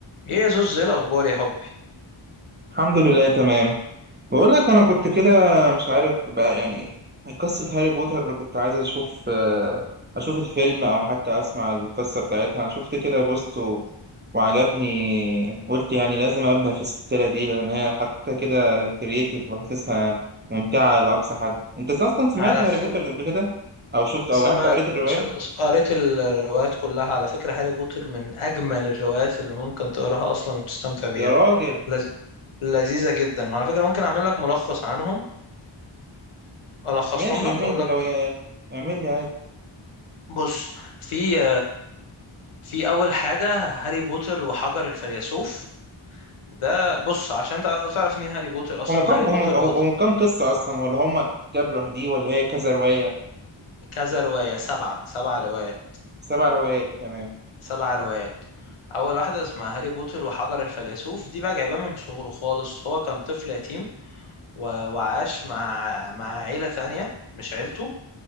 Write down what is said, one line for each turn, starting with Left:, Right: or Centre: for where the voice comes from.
Left: ايه يا زوز ايه الاخبار يا حبي
Right: الحمد لله تمام بقول لك انا كنت كده مش عارف بقى يعني قصة هاري بوتر كنت عايز اشوف آه، اشوف الفيلم او حتى اسمع القصة بتاعتها شفت كده بوست و- وعجبني قلت يعني لازم ابدا في السلسلة دي لان هي حطيتها كده كرييتيف وحاسسها ممتعة لاقصى حد انت اصلا سمعت
Left: على
Right: هاري
Left: فكرة
Right: بوتر قبل كده او شفت
Left: سمعت
Right: او حتى قريت الرواية
Left: شو... قريت الروايات كلها على فكرة هاري بوتر من اجمل الروايات اللي ممكن تقراها اصلا وتستمتع بيها
Right: يا راجل
Left: لز... لذيذة جدا وعلى فكرة ممكن اعمل لك ملخص عنهم الخصهم
Right: ماشي اعمل
Left: لك اقول
Right: لي
Left: لك
Right: لو اعمل لي
Left: بص في في اول حاجة هاري بوتر وحجر الفيلسوف ده بص عشان تع- تعرف مين هاري بوتر اصلا
Right: هم كم
Left: هاري بوتر
Right: هم
Left: هو ت-
Right: هم كم قصة أصلا ولا هم كتاب لوحديه ولا هي كذا رواية
Left: كذا رواية سبعة سبع روايات
Right: سبع روايات تمام
Left: سبع روايات اول واحده اسمها هاري بوتر وحجر الفيلسوف دي بقى جايباه من صغره خالص هو كان طفل يتيم و... وعاش مع مع عيله ثانيه مش عيلته